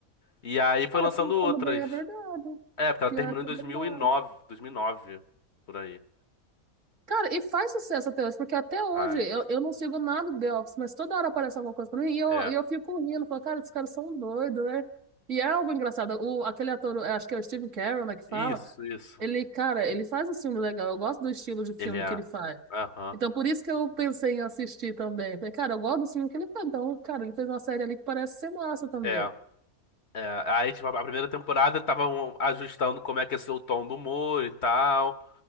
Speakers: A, on the left; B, on the right.
A: E aí
B: Cara,
A: foi lançando
B: pensando
A: outras.
B: bem, é verdade.
A: É, porque ela
B: Pior
A: terminou
B: que
A: em 2009,
B: é verdade.
A: 2009, por aí.
B: Cara, e faz sucesso até hoje, porque até hoje
A: Faz.
B: eu, eu não sigo nada do The Office, mas toda hora aparece alguma coisa pra mim e eu,
A: É.
B: e eu fico rindo, falo, cara, esses caras são doidos, né? E é algo engraçado. O, aquele ator, eu acho que é o Steve Carell, né, que fala,
A: Isso, isso.
B: ele, cara, ele faz um filme legal, eu gosto do estilo de filme
A: Ele é.
B: que ele faz.
A: Aham.
B: Então, por isso que eu pensei em assistir também. Falei, cara, eu gosto do filme que ele faz. Então, cara, ele fez uma série ali que parece ser massa também.
A: É. É. Aí, tipo, a primeira temporada estavam ajustando como é que ia ser o tom do humor e tal.